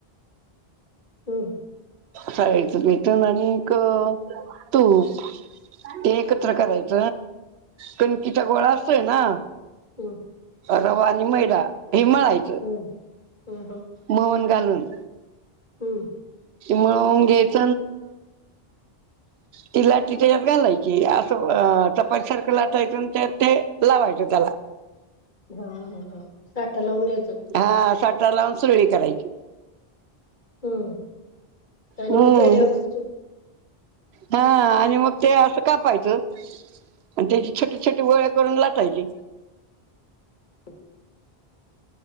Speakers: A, on the left; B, on the right.
A: हम्म
B: साईचं पिठण आणिक तूप ते एकत्र करायच कणकीचा गोळा असतोय ना
A: हम
B: रवा आणि मैदा हे मळायचं
A: हम्म हम्म हम्म.
B: मऊन घालून.
A: हम्म.
B: म घ्यायच. ती लाट त्याच्यात घालायची असं चपटसारखं लाटायेतून त्यात ते लावायच त्याला
A: हा साठ लावून घे.
B: हा साठरा लावून सुरुळी करायची.
A: हम्म आणि
B: हम्म.
A: मग पेढ्या वड्याची
B: हा आणि मग ते असं का पाहायचं. आणि त्याची छोटी छोटी वोळे करून लाटायची.
A: ह.